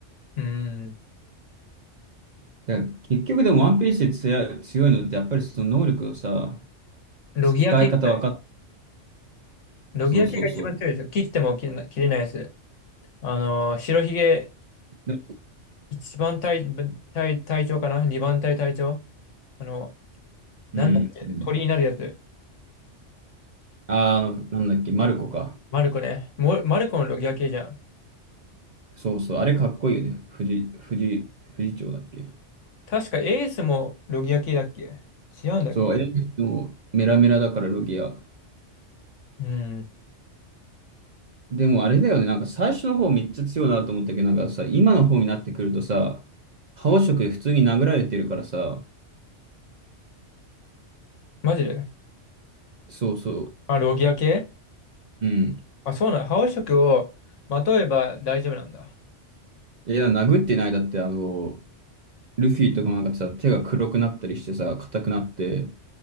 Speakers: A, on the left (about 80°); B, on the right (about 50°).
A: うん。
B: だから結局でもワンピースで強い、強いのってやっぱりその能力をさ、
A: ロギア系だね。
B: 使い方分かっ、
A: ロギア系が一番強いですよ。
B: そうそうそう。
A: 切っても切れない、切れないやつ。あのー、白ひげ、
B: で
A: 一番隊、隊、隊長かな二番隊隊長あの、なんだっけ鳥になるやつ。
B: うん、うん。あー、あの、なんだっけ、マルコか。
A: マルコね。もマルコのロギア系じゃん。
B: そうそう。あれかっこいいよね。藤、藤、藤長だっけ。
A: 確かエースもロギア系だっけ違うんだっけ
B: そう、え、でもメラメラだからロギア。
A: うん。
B: でもあれだよね、なんか最初の方めっちゃ強いなと思ったけど、なんかさ、今の方になってくるとさ、覇王色で普通に殴られてるからさ、
A: マジで
B: そうそう。
A: あ、ロギア系
B: うん。
A: あ、そうなの。覇王色をまとえば大丈夫なんだ。
B: いや、殴ってないだって、あの、ルフィとかもなんかさ、手が黒くなったりしてさ、硬くなって、